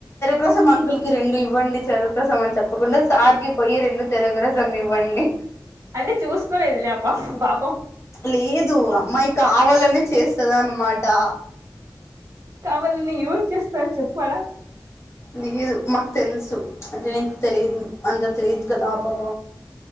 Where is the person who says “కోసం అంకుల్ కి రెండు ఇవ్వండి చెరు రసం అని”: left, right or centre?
Left